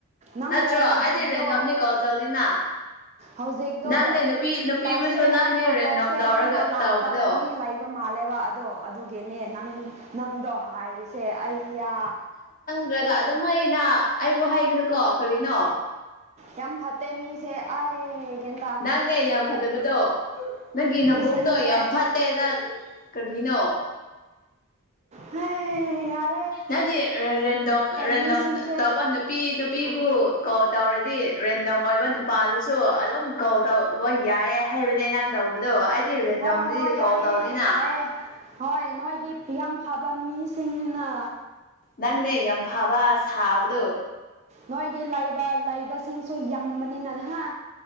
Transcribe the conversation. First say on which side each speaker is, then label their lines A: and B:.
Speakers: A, on the right; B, on the left.
A: ꯅꯪꯕꯣ
B: ꯅꯠꯇ꯭ꯔꯣ
A: ꯍꯧꯖꯤꯛꯗꯣ
B: ꯑꯩꯗꯤ ꯔꯦꯟꯗꯣꯝꯗꯤ ꯀꯣꯜ ꯇꯧꯗꯦꯅ
A: ꯍꯧꯖꯤꯛꯗꯣ
B: ꯅꯪꯅꯦ ꯅꯨꯄꯤ ꯅꯨꯄꯤꯕꯨꯁꯨ
A: ꯇꯧꯁꯦ
B: ꯅꯪꯗꯤ
A: ꯍꯥꯏꯅ
B: ꯔꯦꯟꯗꯣꯝ
A: ꯇꯧꯁꯦ
B: ꯇꯧꯔꯒ
A: ꯍꯥꯏꯅ ꯂꯥꯛꯄ
B: ꯇꯧꯕꯗꯣ
A: ꯃꯤ ꯂꯩ- ꯕ ꯃꯥꯜꯂꯦꯕ ꯑꯗꯣ ꯑꯗꯨꯒꯤꯅꯤ ꯅꯪ ꯅꯪꯗꯣ ꯍꯥꯏꯔꯤꯁꯦ ꯑꯩꯌꯥ
B: ꯇ꯭ꯔꯒ ꯑꯗꯨꯃꯥꯏꯅ ꯑꯩꯕꯨ ꯍꯥꯏꯒꯅꯨꯀꯣ ꯀꯔꯤꯅꯣ
A: ꯌꯥꯝ ꯐꯠꯇꯦ ꯃꯤꯁꯦ ꯑꯥꯏ
B: ꯅꯪꯅꯦ ꯌꯥꯝ ꯐꯠꯇꯕꯗꯣ ꯅꯪꯒꯤ
A: ꯃꯤꯁꯤꯡꯁꯦ
B: ꯅꯕꯨꯛꯇꯣ ꯌꯥꯝ ꯐꯠ- ꯇꯦ ꯅꯪ ꯀꯔꯤꯅꯣ
A: ꯍꯩ ꯍꯩꯌ
B: ꯅꯗꯤ ꯔꯦꯟꯗꯣꯝ ꯔꯦꯟꯗꯣꯝ
A: ꯃꯤꯁꯤꯡꯁꯦ
B: ꯇꯧꯕ ꯅꯨꯞ ꯄꯤ ꯅꯨꯄꯤꯕꯨ ꯀꯣꯜ ꯇꯧꯔꯗꯤ ꯔꯦꯟꯗꯝ ꯑꯣꯏꯕ ꯅꯨꯄꯥꯗꯨꯁꯨ ꯑꯗꯨꯝ ꯀꯣꯜ ꯇꯧꯕ ꯌꯥꯏꯌꯦ ꯍꯥꯏꯕꯅꯦ ꯅꯪ ꯇꯧꯕꯗꯣ ꯔꯦꯟꯗꯣꯝꯗꯤ
A: ꯍꯣꯏ ꯍꯣꯏ ꯌꯥꯏꯑꯦ
B: ꯀꯣꯜ ꯇꯧꯅꯤꯅ
A: ꯌꯥꯏꯑꯦ ꯍꯣꯏ ꯅꯣꯏꯗꯤ ꯐꯤꯌꯝ ꯊꯕꯟ ꯃꯤꯁꯤꯡꯅ
B: ꯅꯪꯅꯦ ꯌꯥꯝ ꯐꯕ ꯁꯥꯕꯗꯣ
A: ꯅꯣꯏꯗꯤ ꯂꯩꯕ ꯂꯩꯕꯁꯤꯡꯁꯨ ꯌꯝꯕꯅꯤꯅ ꯍꯥ